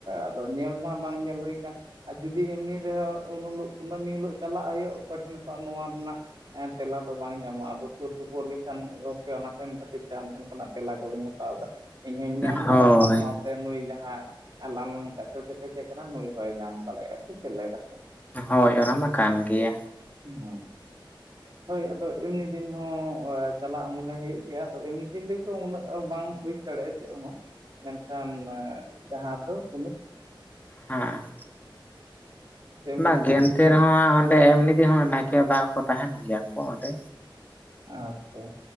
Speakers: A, on the right; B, on the left.
A: ᱟᱫᱚ ᱧᱮᱞ ᱢᱟ ᱵᱟᱝ ᱧᱮᱞ ᱦᱩᱭ ᱠᱟᱱ ᱾ ᱟᱨ ᱡᱩᱫᱤ ᱮᱢᱱᱤ ᱨᱮᱦᱚᱸ ᱩᱱ ᱦᱤᱞᱳᱜ ᱠᱩᱱᱟᱹᱢᱤ ᱦᱤᱞᱳᱜ ᱪᱟᱞᱟᱜ ᱦᱩᱭᱩᱜᱼᱟ ᱚᱠᱚᱭ ᱴᱷᱮᱱ ᱠᱷᱚᱱ ᱯᱟᱱ ᱱᱚᱣᱟ ᱨᱮᱱᱟᱜ ᱦᱮᱸ ᱛᱮᱞᱟ ᱫᱚ ᱵᱟᱝ ᱧᱟᱢᱚᱜᱼᱟ ᱟᱫᱚ ᱥᱩᱨ ᱥᱩᱯ ᱯᱳᱨ ᱜᱮ ᱠᱷᱟᱱ ᱜᱚᱝᱠᱮ ᱚᱱᱟ ᱴᱷᱮᱱ ᱠᱷᱟᱹᱛᱤᱨ ᱛᱮ ᱟᱢ ᱴᱷᱮᱱ ᱠᱷᱚᱱᱟᱜ ᱛᱮᱞᱟ ᱠᱚᱞᱤᱧ ᱦᱟᱛᱟᱣ ᱫᱟ ᱾ ᱤᱧᱦᱚᱧ ᱧᱟᱢ
B: ᱦᱳᱭ
A: ᱫᱟ ᱥᱟᱶ ᱥᱟᱶ ᱥᱮ ᱱᱩᱭ ᱡᱟᱦᱟᱸ ᱟᱞᱟᱝ ᱞᱟᱝ ᱪᱟᱪᱚ ᱠᱮᱴᱮᱡᱮ ᱠᱟᱱᱟ ᱱᱩᱭ ᱦᱚᱭ ᱧᱟᱢ ᱫᱟᱲᱮᱭᱟᱜᱼᱟ ᱥᱮ ᱪᱮᱞᱮ ᱞᱮᱠᱟ᱾
B: ᱦᱳᱭ ᱚᱱᱟ ᱢᱟ ᱠᱟᱱ ᱜᱮᱭᱟ,
A: <unintelligible> ᱦᱳᱭ ᱟᱫᱚ ᱫᱤᱱ ᱦᱚᱸ ᱪᱟᱞᱟᱜ ᱢᱚᱱᱮ ᱦᱩᱭᱩᱜ ᱜᱮᱭᱟ ᱟᱫᱚ ᱮᱢᱱᱤ ᱫᱤᱱ ᱨᱤᱠᱚ ᱩᱱᱟᱹᱜ ᱵᱟᱝ ᱵᱩᱡ ᱫᱟᱲᱮᱭᱟᱜᱼᱟ ᱪᱮᱫ ᱦᱚᱸ, ᱢᱮᱱᱠᱷᱟᱱ ᱡᱟᱦᱟᱸ ᱫᱚ <inaudible>
B: ᱦᱟᱸ,
A: ᱮᱢ
B: ᱵᱟᱝ
A: ᱞᱮᱫ ᱛᱟᱦᱮᱸᱜᱼᱟ
B: ᱜᱮ ᱱᱛᱮ ᱨᱮᱦᱚᱸ ᱚᱸᱰᱮ ᱮᱢᱱᱤ ᱛᱤ ᱦᱚᱸ ᱱᱟᱭᱠᱮ ᱵᱟᱵᱟ ᱠᱚ ᱛᱟᱦᱮᱱ ᱜᱮᱭᱟ ᱠᱚ ᱚᱸᱰᱮ᱾
A: ᱟᱪᱪᱷᱟ᱾